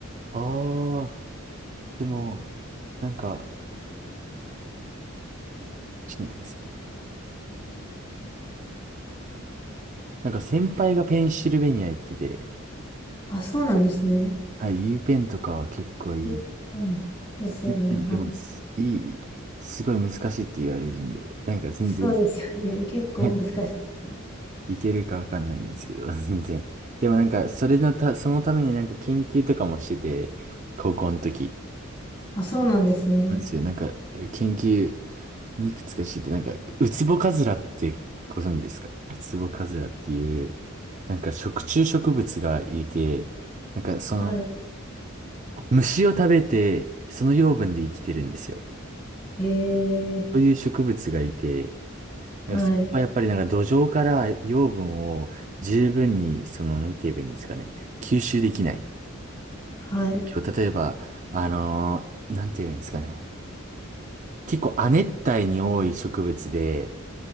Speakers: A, on the right; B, on the left.
A: ああ、でも、なんか、ちょっと待ってくださいね。なんか先輩がペンシルベニア行ってて、
B: あ、そうなんですね。
A: はい、U ペンとかは結構いい。
B: うんうんですよね。
A: U ペンでもす、
B: はい。
A: いい、すごい難しいって言われるんで、なんか全然、
B: そうですよね。<laughs> 結構難しいですね。
A: はい、いけるかわかんないんですけど、<laughs> 全然。でもなんか、それのた、そのためになんか研究とかもしてて、高校の時。
B: あ、そうなんですね。
A: なんですよ。なんか、研究、いくつか知って、なんか、ウツボカズラってご存知ですかウツボカズラっていう、なんか食虫植物がいて、なんかその、
B: は
A: 虫を食べて、その養分で生きてるんですよ。
B: い。えー、
A: そういう植物がいて、
B: はい。
A: なんかそれはやっぱりなんか土壌から養分を十分に、その、なんて言えばいいんですかね、吸収できない。
B: はい。
A: 今日例えば、あのーなんて言えばいいんですかね。結構亜熱帯に多い植物で、